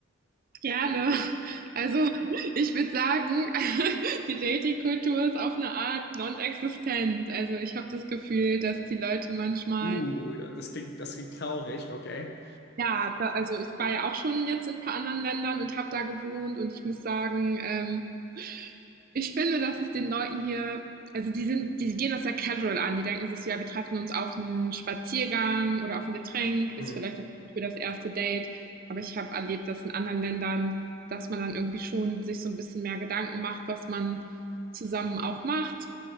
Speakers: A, on the right; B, on the left.
A: Gerne. Also ich würde sagen, <laughs> die Dating-Kultur ist auf eine Art non-existent. Also ich habe das Gefühl, dass die Leute manchmal,
B: Uh, das klingt, das klingt traurig, okay.
A: ja, da, also ich war ja auch schon jetzt in ein paar anderen Ländern und habe da gewohnt und ich muss sagen, ähm, ich finde, dass es den Leuten hier, also die sind, die gehen das ja casual an. Die denken sich so, ja, wir treffen uns auf einen Spaziergang oder auf ein Getränk, ist
B: Hm.
A: vielleicht auch gut für das erste Date. Aber ich habe erlebt, dass in anderen Ländern, dass man dann irgendwie schon sich so ein bisschen mehr Gedanken macht, was man zusammen auch macht.